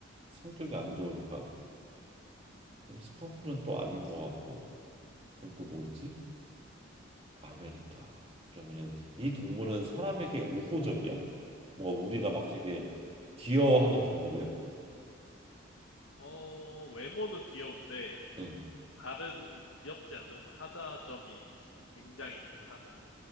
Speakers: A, on the right; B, on the left.
A: 성격이 안 좋으니까. 그럼 스컹크는 또 아닌 것 같고, 그럼 또 뭐 있지? 아메리카. 그러면은 이 동물은 사람에게 우호적이야? 뭔가 우리가 막 되게 귀여워하는 동물이야?
B: 어, 외모는 귀여운데,
A: 응.
B: 다른 귀엽지 않은 하자점이 있어. 굉장히 큰 하자.